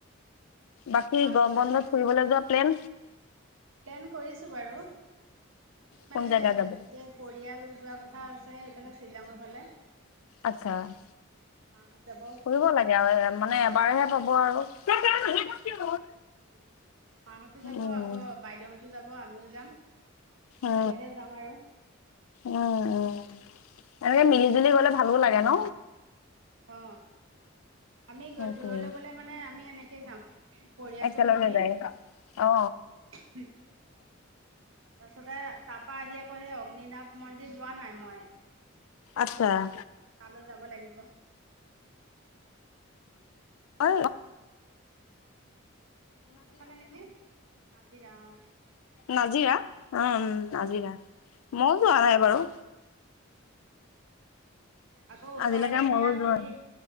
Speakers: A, on the left; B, on the right.
A: বাকী
B: মাছ
A: গৰমবন্ধত
B: ভাজি আছে
A: ফুৰিবলৈ যোৱা প্লেন
B: প্লেন কৰিছো বাৰু আমি মানে
A: কোন জেগা যাব
B: গোটেই পৰিয়াল যোৱা কথা আছে এইফালে শ্বিলঙৰ ফালে
A: আচ্চাৰ
B: মাহত যাব অ'।
A: পঢ়িব লাগে আৰু মানে এবাৰতে কি কব আৰু
B: অ মাহতো যাব
A: উম
B: আকৌ বাইদেউহতো যাব আমিও যাম একেলগে
A: উ
B: যাম আৰু।
A: উ উ এনেকে মিলি জুলি গলে ভাল ভালো লাগে ন
B: অ আমি
A: সেইটোৱে
B: দূৰলৈ গলে মানে আমি এনেকে যাাম পৰিয়ালটো
A: একেলগে
B: মিলি
A: যায়
B: উ
A: অ
B: তাৰ পাছতে তাৰ পৰাা আহি আকৌ সেই অগ্নিনাথ মন্দিৰ যোৱা নাই মই
A: আচ্চাৰ
B: তালৈ যাব লাগিব।
A: অ
B: যোৰহাটৰ ফলেে নেকি নাজিয়া অ
A: নাজিৰা উম নাজিৰা মইও যোৱা নাই বাৰু
B: আকৌ ওচৰতে
A: আজিলৈকে ময়ো
B: সেয়া
A: যোৱা
B: হেৰি
A: নাই